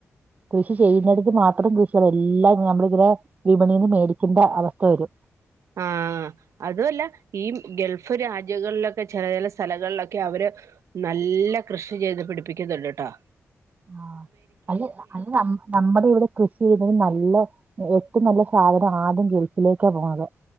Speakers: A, on the right; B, on the right.
A: കൃഷി ചെയ്യുന്നടത്ത് മാത്രം കൃഷി എല്ലാം നമ്മള് ഇങ്ങനെ വിപണിന്ന് മേടിക്കേണ്ട അവസ്ഥ വരും
B: ആഹ് അതുവല്ല ഈ ഗൾഫ് രാജ്യങ്ങളിലൊക്കെ ചെല ചെല സ്ഥലങ്ങളിലൊക്കെ അവര് നല്ല കൃഷി ചെയ്ത് പിടിപ്പിക്കുന്ന്ണ്ട്ട്ടോ
A: ആഹ് അല്ല അല്ല <unintelligible> ന നമ്മുടെ ഇവിടെ കൃഷി ചെയ്തെ നല്ല ഏറ്റവും നല്ല സാധനം ആദ്യം ഗൾഫിലേക്കാ പോവുന്നത്